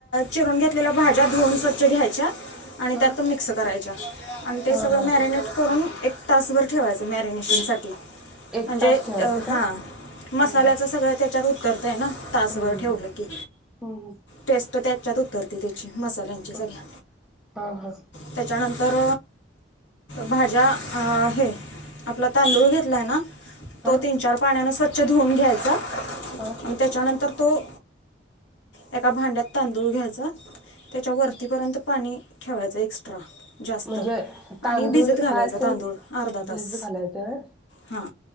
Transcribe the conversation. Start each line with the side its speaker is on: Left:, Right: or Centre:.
Left: चिरून घेतलेल्या भाज्या धुऊन स्वच्छ घ्यायच्या. आणि
Centre: ह ह
Left: त्यात मिक्स करायच्या, आणि ते
Centre: ह
Left: सगळं
Centre: ह
Left: मॅरिनेट करून एक तासभर ठेवायचं मॅरिनेशन साठी.
Centre: एक
Left: म्हणजे
Centre: तास ठेवायचं
Left: अ
Centre: का
Left: हा. मसाल्याच
Centre: हम्म
Left: सगळ त्या तर ना तासभर
Centre: हम्म
Left: ठेवलं की.
Centre: हम्म
Left: टेस्ट त्याच्यात उत्तरते ते त्याची मसाल्यांची
Centre: हम्म
Left: सगळ्या.
Centre: हा हा
Left: त्याच्यानंतर भाज्या अ हे आपला तांदूळ घेतलाय ना?
Centre: हा
Left: तो तीन चार पाण्यानं स्व च्छ धुऊन घ्यायचा. आणि
Centre: हा
Left: त्याच्यानंतर. तो, एका भांड्यात तांदूळ घ्यायच. त्याच्या वरतीपर्यंत पाणी ठेवायचं एक्स्ट्रा. जास्त,
Centre: म्हणजे
Left: आणि
Centre: तांदूळ
Left: भिजत घालायच.
Centre: हा असे
Left: तांदूळ अर्धा तास
Centre: भिजत घालायच होय
Left: हा